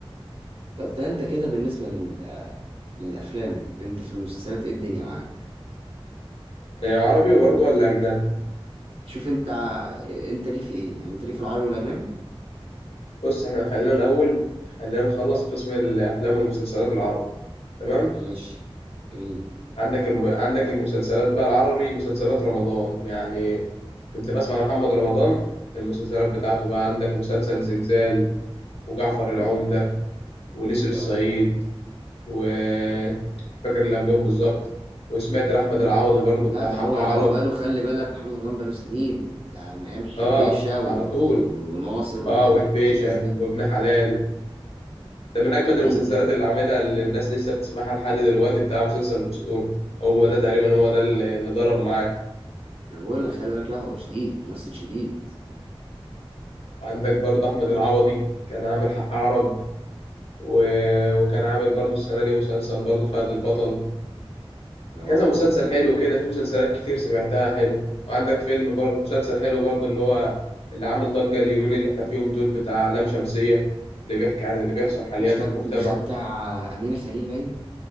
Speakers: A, on the right; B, on the left.
A: طب ده انت كده بالنسبة لل... للأفلام انت في المسلسلات ايه الدنيا معاك
B: إيه، عربي برضه ولا اجنبي
A: شوف انت ع- انت ليك في ايه يعني انت ليك في العربي والأجنبي
B: بص احنا خلينا الاول خلينا نخلص قسم الافلام والمسلسلات العربي تمام
A: ماشي جميل
B: عندك الم... عندك المسلسلات بقى العربي مسلسلات رمضان يعني كنت بسمع
A: اه
B: محمد رمضان المسلسلات بتاعته
A: جميل
B: بقى عندك مسلسل زلزال وجعفر العمدة
A: اه
B: ونسر الصعيد
A: اه
B: و
A: جميل
B: مش فاكر اللي قبلهم بالظبط وسمعت لأحمد العوضي برضو
A: لا
B: بتاع
A: ده
B: حق
A: هو
B: عرب
A: ده هو بقاله خلي بالك محمد رمضان بقاله سنين ده من أيام حبيشة
B: اه
A: و...
B: على طول
A: و... و... وناصر واللي
B: اه
A: هي
B: وحبيشة
A: الناس دي
B: وابن حلال ده من
A: هو
B: أجمد
A: قديم
B: المسلسلات
A: يعني
B: اللي عاملها اللي الناس لسه بتسمعها لحد دلوقتي بتاع مسلسل الأسطورة هو ده تقريبا هو ده اللي اللي ضرب معايا
A: أنا بقول لك خلي بالك لا هو شديد ممثل شديد
B: عندك برضه أحمد العوضي كان عامل حق عرب و... وكان عامل برضه السنة دي مسلسل برضه فهد البطل
A: اه
B: كذا مسلسل حلو كده في مسلسلات كتير سمعتها حلو وعندك فيلم برضه مسلسل حلو برضه اللي هو اللي عامل ضجة اليومين اللي احنا فيهم دول بتاع لام شمسية اللي بيحكي عن اللي بيحصل حاليا
A: مش ده
B: في المجتمع
A: مش ده بتاع أمينة خليل باين